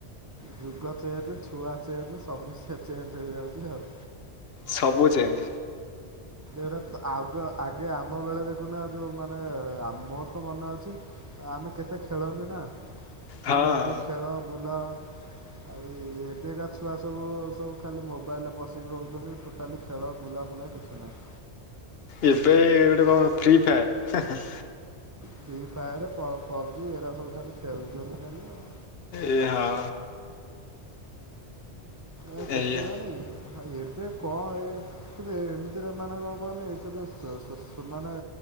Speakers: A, on the right; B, on the left.
A: ଯୁଗ ଚେଞ୍ଜ ଛୁଆ ଚେଞ୍ଜ ସବୁ ସେ ଚେଞ୍ଜ ହେଇଯାଉଛି ଆଉ।
B: ସବୁ ଚେଞ୍ଜ
A: ଏଇଟାର ଆଗ ଆଗେ ଆମ ବେଳେ ଦେଖୁନା ଯୋଉ ମାନେ ଆ ମୋର ତ ମନେ ଅଛି। ଆମେ କେତେ ଖେଳନ୍ତିନା
B: ହଁ
A: ମାନେ
B: ହଁ
A: ଯଉ ଖେଳ ବୁଲ ଏଇ ଏବେକା ଛୁଆ ସବୁ ସବୁ ଖାଲି ମୋବାଇଲରେ ପଶିକି ରହୁଛନ୍ତି ଟୋଟାଲି ଖେଳ ବୁଲାଫୁଲା କିଛି ନାହିଁ।
B: ଏବେ ଗୋଟେ କଣ ଫ୍ରି ଫାୟାର ହେଁ ହେଁ।
A: ଫ୍ରି ଫାୟାର୍ ପ-ପବ୍ଜି ଏରା ସବୁ ଖାଲି ଖେଳୁଛନ୍ତି ଖାଲି ଆଉ।
B: ଏ ହଁ।
A: ଏ କେତେ
B: ଏଇଆ।
A: ବାନାଇ ଭାଇ ଏବେ କନ ଏ କିନ୍ତୁ ଏମିତିରେ ମାନେ କଣ କୁହନି ଏକତ ସ-ସେମାନେ